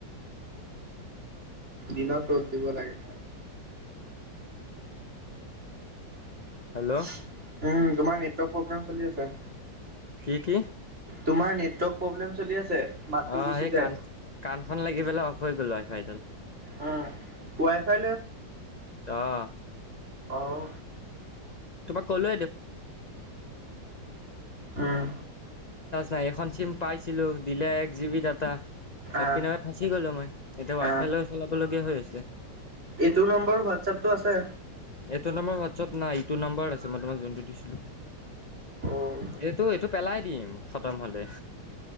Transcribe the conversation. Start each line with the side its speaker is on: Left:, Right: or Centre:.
Right: দিনত ৰ'দ দিব লাগে উম,
Left: হেল্ল'
Right: তোমাৰ নেটৱৰ্ক প্ৰব্লেম চলি আছে।
Left: কি কি
Right: তোমাৰ নেটৱৰ্ক প্ৰব্লেম চলি আছে মাতটো
Left: অ
Right: গুচি
Left: সেই
Right: যায়
Left: কাণ কাণখন লাগি পেলাই অফ হৈ গ'লো হয় ফাইডাল
Right: উম, ৱাই ফাই
Left: আহ
Right: আহ
Left: ন ন
Right: উম,
Left: নাই এখন চিম পাইছিলো দিলে এক জি বি ডাটা চব
Right: আহ
Left: পিনে ফাঁচি গ'লো মই এতিয়া ৱাই
Right: আহ
Left: ফাই লৈ চলাব লগীয়া হৈ আছে।
Right: এইটো নম্বৰ হোৱাটছএপতটো আছে
Left: এইটো নম্বৰ হোৱাটছআপ নাই ইটো নাম্বাৰত আছে মই তোমাক যোনটো দিছিলো।
Right: অ',
Left: এইটো এইটো পেলাই দিম খতম হলে